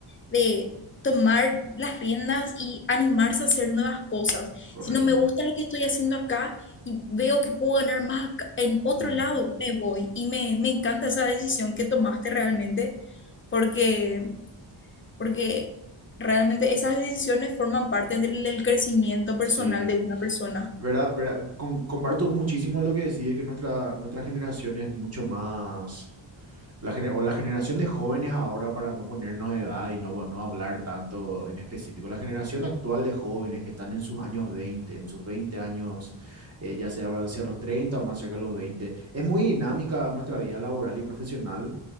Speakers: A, on the left (about 25°); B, on the right (about 30°).
A: de tomar las riendas y animarse a hacer nuevas cosas.
B: Correcto.
A: Si no me gusta lo que estoy haciendo acá y veo que puedo ganar más acá- en otro
B: Mm,
A: lado, me voy. Y me, me encanta esa decisión que tomaste realmente, porque, porque realmente esas decisiones forman parte del, del crecimiento personal
B: sí.
A: de una persona.
B: ¿Verdad? ¿Verdad? Con- comparto muchísimo lo que decís, de que nuestra, nuestra generación es mucho más, la gener- o la generación de jóvenes ahora, para no ponernos de edad y no, no hablar tanto en específico, la generación actual de jóvenes que están en sus años veinte en sus 20 años, eh, ya sea hacia los 30 o más cerca de los 20 es muy dinámica nuestra vida laboral y profesional